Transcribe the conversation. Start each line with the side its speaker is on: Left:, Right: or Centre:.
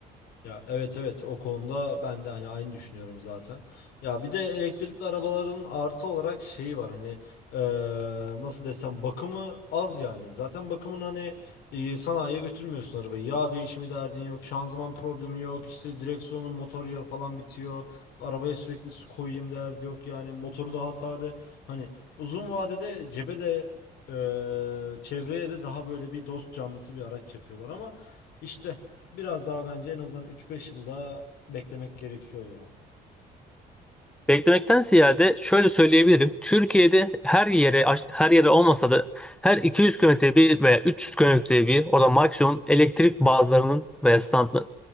Left: ya evet evet o konuda ben de hani aynı düşünüyorum zaten. Ya bir de elektrikli arabaların artı olarak şeyi var hani eee, nasıl desem bakımı az yani. Zaten bakımın hani e, sanayiye götürmüyorsun arabayı. Yağ değişimi derdin yok, şanzıman problemi yok, işte direksiyonun motor yağı falan bitiyor. Arabaya sürekli su koyayım derdi yok yani motoru daha sade. Hani uzun vadede cebe de eee, çevreye de daha böyle bir dost canlısı bir araç yapıyorlar ama işte Biraz daha bence en azından üç beş yılda beklemek gerekiyor ya.
Centre: Beklemekten ziyade şöyle söyleyebilirim. Türkiye'de her yere her yere olmasa da her 200 kilometre bir veya 300 kilometre bir o da maksimum elektrik bazlarının veya stand,